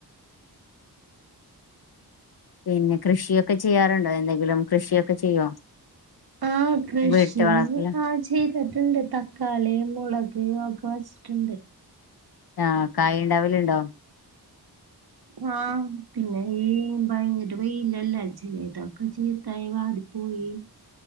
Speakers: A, on the left; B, on the right.
A: പിന്നെ കൃഷിയൊക്കെ ചെയ്യാറുണ്ടോ എന്തെങ്കിലും കൃഷിയൊക്കെ ചെയ്യോ
B: ആഹ കൃഷി
A: വീട്ടു വളപ്പില്
B: ആ ചെയ്തിട്ട്ണ്ട് തക്കാളി മുളക് <unintelligible> ഒക്കെ വെച്ചിട്ടുണ്ട്
A: ആഹ് കായിണ്ടാവല്ണ്ടോ <inaudible>
B: ആഹ പിന്നെ ഈ ഭയങ്കര വെയിലല്ലേ ചെലെതൊക്കെ ചീത്തായി വാടിപ്പോയി പി